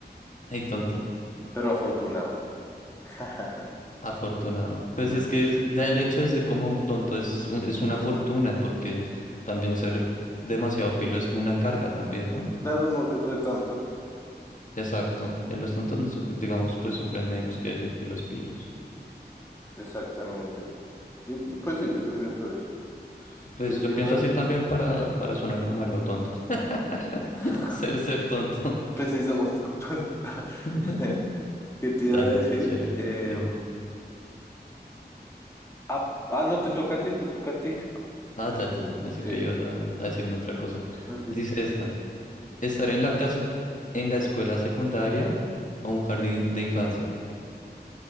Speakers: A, on the left; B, on the left.
A: Ay, tonto,
B: pero afortunado. <laughs>
A: afortunado. Pues
B: Sí,
A: es
B: sí,
A: que
B: sí.
A: es- ya el hecho de ser como un tonto es, un- es una fortuna, porque también ser demasiado pilo es una carga también, ¿no?
B: Claro, no sufre tanto.
A: Exacto, eh, los tontos, no su- digamos, pues sufren menos que, que los pilos.
B: Exactamente. Di- Pues sí, yo sí pienso eso.
A: Pues
B: que te
A: yo
B: iba...
A: pienso así también para, para sonar como algo tonto. <laughs>
B: <laughs>
A: Ser, ser tonto.
B: Pues sí, somos tontos. <laughs>
A: <laughs>
B: ¿Qué te
A: Dale,
B: iba a decir?
A: chévere,
B: Em,
A: dime.
B: ah, ah, no, te toca a ti, te toca a ti.
A: Ah, ya, ya, ya, pensé
B: Sí,
A: que ibas a, a decirme otra cosa.
B: no, sí.
A: Dice esta, estar en la casa, en la escuela secundaria o un jardín de infancia.